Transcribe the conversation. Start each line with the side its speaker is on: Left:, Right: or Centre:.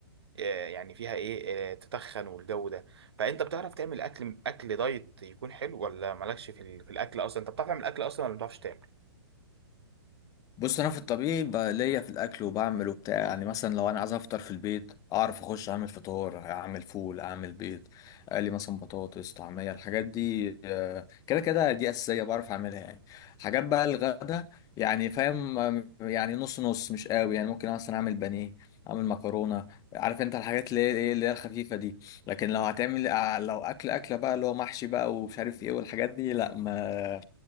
Right: آه، يعني فيها ايه آه، تتخن والجو ده فانت بتعرف تعمل اكل اكل دايت يكون حلو ولا مالكش في, ال... في الاكل اصلا انت بتعرف تعمل اكل اصلا ولا ما بتعرفش تعمل
Left: بص انا في الطبيعي بقى ليا في الاكل وبعمل وبتاع يعني مثلا لو انا عايز افطر في البيت اعرف اخش اعمل فطار اعمل فول اعمل بيض اقلي مثلا بطاطس طعميه الحاجات دي آه، كده كده دي اساسيه بعرف اعملها يعني حاجات بقى الغدا يعني فاهم آه، يعني نص نص مش قوي يعني ممكن مثلا اعمل بانيه اعمل مكرونه عارف انت الحاجات اللي هي ايه اللي هي الخفيفه دي لكن لو هتعمل آه، لو اكل اكله بقى اللي هو محشي بقى ومش عارف ايه والحاجات دي لا ما